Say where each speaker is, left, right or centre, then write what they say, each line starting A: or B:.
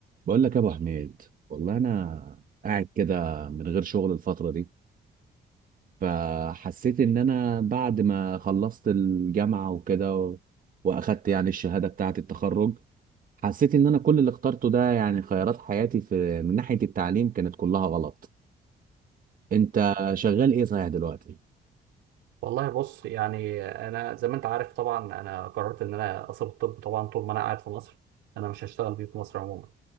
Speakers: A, on the right (about 50°); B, on the right (about 85°).
A: بقول لك يا ابو حميد والله انا قاعد كده من غير شغل الفتره دي فحسيت ان انا بعد ما خلصت الجامعه وكده و- واخدت يعني الشهاده بتاعه التخرج حسيت ان انا كل اللي اخترته ده يعني خيارات حياتي في من ناحيه التعليم كانت كلها غلط انت شغال ايه صحيح دلوقتي
B: والله بص يعني انا زي ما انت عارف طبعا انا قررت ان انا اسيب الطب طبعا طول ما انا قاعد في مصر انا مش هشتغل بيه في مصر عموما